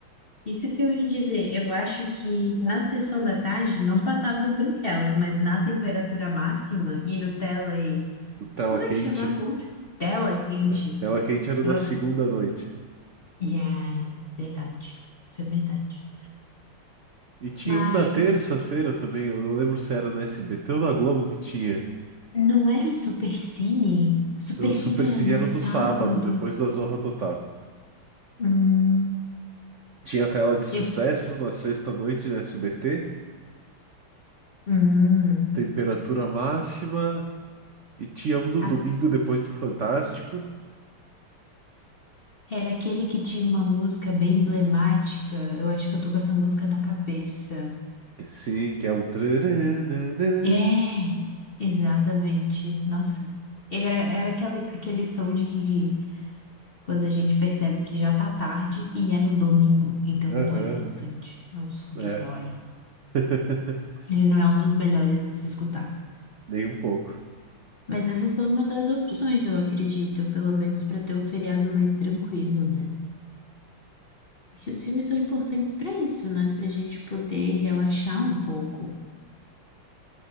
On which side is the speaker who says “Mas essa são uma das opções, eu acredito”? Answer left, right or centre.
Left